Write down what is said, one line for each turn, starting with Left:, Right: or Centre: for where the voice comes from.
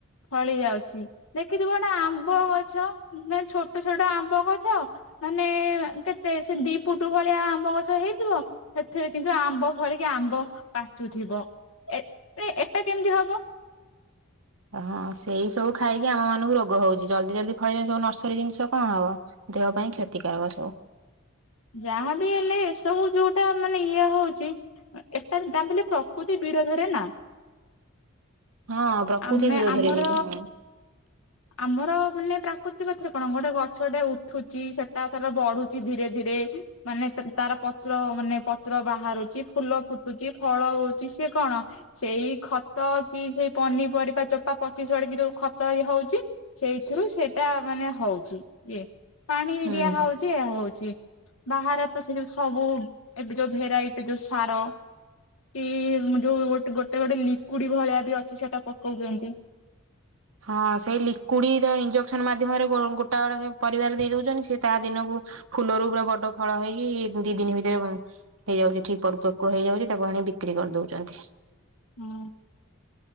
Left: ଫଳି ଯାଉଛି ଦେଖିଥିବ ଗୋଟେ ଆମ୍ବ ଗଛ ନା ଛୋଟ ଛୋଟ ଆମ୍ବ ଗଛ। ମାନେ କେତେ ସେ ଦି ଫୁଟ ଭଳିଆ ଆମ୍ବ ଗଛ ହେଇଥିବ। ସେଥିରେ କିନ୍ତୁ ଆମ୍ବ ଫଳିକି ଆମ୍ବ ପାଚୁଥିବ ଏ ଏଟା କେମିତି ହବ।
Right: ହଁ ସେଇ ସବୁ ଖାଇକି ଆମ ମାନଙ୍କୁ ରୋଗ ହଉଛି। ଜଲଦି ଜଲଦି ଫଳିଲେ ସବୁ ନର୍ସରୀ ଜିନିଷ କଣ ହବ? ଦେହ ପାଇଁ କ୍ଷତିକାରକ ସବୁ।
Left: ଯାହାବି ହେଲେ ଏସବୁ ଯୋଉଟା ମାନେ ଇଏ ହଉଛି। ଏଟା ତା ବେଲେ ପ୍ରକୃତି ବିରୋଧରେ ନା।
Right: ହଁ ପ୍ରକୃତି
Left: ଆମେ
Right: ବିରୋଧରେ
Left: ଆମର
Right: କିନ୍ତୁ ହଁ।
Left: ଆମର ମାନେ ପ୍ରାକୃତିକ ଥରେ କଣ ଗୋଟେ ଗଛଟେ ଉଠୁଛି ସେଟା ଥର ବଢୁଛି ଧୀରେ ଧୀରେ। ମାନେ ତା ତାର ପତ୍ର ମାନେ ପତ୍ର ବାହାରୁଛି ଫୁଲ ଫୁଟୁଛି ଫଳ ହଉଛି ସିଏ କଣ ସେଇ ଖତ କି ସେଇ ପନିପରିବା ଚୋପା ପଚି ସଢ଼ିକି କି ଯୋଉ ଖତ ହେଇ ହଉଛି। ସେଇଥିରୁ ସେଇଟା ମାନେ ହଉଛି ଇଏ ପାଣି
Right: ହୁଁ।
Left: ଦିଆ ହଉଛି। ଦିଆ ହଉଛି ବାହାରେ ତ ସେ ଯୋଉ ସବୁ ଏବେ ଯୋଉ ଭେରାଇଟି ଯୋଉ ସାର। ଇ ଯୋଉ ଗୋଟେ ଗୋଟେ ଲିକୁଇଡି ଭଳିଆ ବି ଅଛି ସେଟା ପକଉଛନ୍ତି।
Right: ହଁ ସେଇ ଲିକୁଇଡ ତ ଇଞ୍ଜେକ୍ସନ ମାଧ୍ୟମରେ ଗୋଟା ଗୋଟେ ପରିବାରେ ଦେଇ ଦଉଛନ୍ତି। ସେ ତା ଦିନକୁ ଫୁଲରୁ ପୁରା ବଡ ଫଳ ହେଇକି ଦି ଦିନ ଭିତରେ ବ ହେଇଯାଉଛି ଠିକ ପରିପକୋ ହେଇଯାଉଛି ତାକୁ ଆଣି ବିକ୍ରି କରିଦଉଛନ୍ତି।
Left: ହଁ।